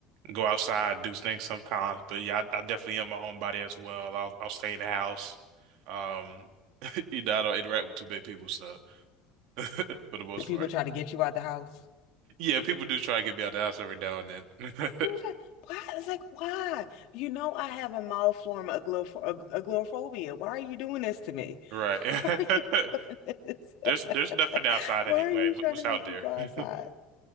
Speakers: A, on the right; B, on the left.
A: go outside, do things sometimes. But yeah, I, I definitely am a homebody as well. I'll I'll stay in the house. Um, <laughs> you know, I don't interact with too many people, so <laughs> for the most
B: Do people
A: part,
B: try to get you out the house?
A: yeah, people do try to get me out of the house every now and then. <laughs>
B: It was like, Why? It's like, why? You know, I have a mild form of aglo- ag- agoraphobia. Why are you doing this to me?
A: Right.
B: <laughs>
A: <laughs>
B: Why are you doing this?
A: There's there's nothing
B: <laughs>
A: outside anyway.
B: Why are you
A: What,
B: trying
A: what's
B: to
A: out
B: make
A: there?
B: me go outside?
A: <laughs>